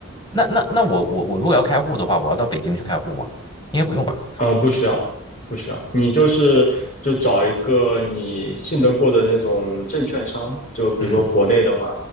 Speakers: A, on the left (about 20°); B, on the left (about 40°).
A: 那那那我我我如果要开户的话，我要到北京去开户吗？应该不用吧？
B: 嗯，不需要，不需要。你就是就找一个你信得过的那种证券商，就比如说国内的话，
A: 嗯，